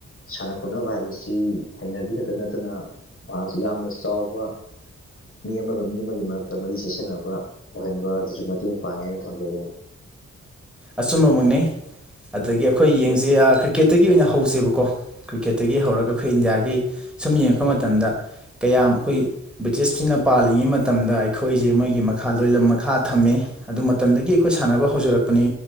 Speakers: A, on the left; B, in the centre.
A: ꯁꯥꯟꯅ ꯈꯣꯠꯅꯕ ꯍꯥꯏꯕꯁꯤ ꯍꯩꯅꯕꯤ ꯈꯛꯇꯥ ꯅꯠꯇꯅ ꯃꯍꯥꯛꯁꯤ ꯌꯥꯝꯅ ꯆꯥꯎꯕ ꯃꯤ ꯑꯃꯒ ꯃꯤ ꯑꯃꯒꯤ ꯃꯔꯛꯇ ꯃꯔꯤ ꯆꯦꯁꯟꯅꯕ ꯑꯣꯏꯍꯟꯕ ꯑꯗꯨꯁꯨ ꯃꯇꯦꯡ ꯄꯥꯡꯉꯦ ꯍꯥꯏꯅ ꯊꯝꯖꯅꯤꯡꯉꯤ꯫
B: ꯑꯆꯨꯝꯕꯃꯛꯅꯤ ꯑꯗꯒꯤ ꯑꯩꯈꯣꯏ ꯌꯦꯡꯁꯦ ꯑ ꯀ꯭ꯔꯤꯛꯀꯦꯠꯇꯒꯤ ꯑꯣꯏꯅ ꯍꯧꯁꯦꯕꯀꯣ ꯀ꯭ꯔꯤꯛꯀꯦꯠꯇꯒꯤ ꯍꯧꯔꯒ ꯑꯩꯈꯣꯏ ꯏꯟꯗꯤꯌꯥꯒꯤ ꯁꯨꯝ ꯌꯦꯡꯉꯛꯄ ꯃꯇꯝꯗ ꯀꯌꯥꯝ ꯑꯩꯈꯣꯏ ꯕ꯭ꯔꯤꯇꯤꯁꯐꯤꯡꯅ ꯄꯥꯜꯂꯤꯉꯩ ꯃꯇꯝꯗ ꯑꯩꯈꯣꯏꯒꯤ ꯃꯣꯏꯒꯤ ꯃꯈꯥ ꯂꯣꯏꯂꯝ ꯃꯈꯥ ꯊꯝꯃꯦ ꯑꯗꯨ ꯃꯇꯝꯗꯒꯤ ꯑꯩꯈꯣꯏ ꯁꯥꯟꯅꯕ ꯍꯧꯖꯔꯛꯄꯅꯤ꯫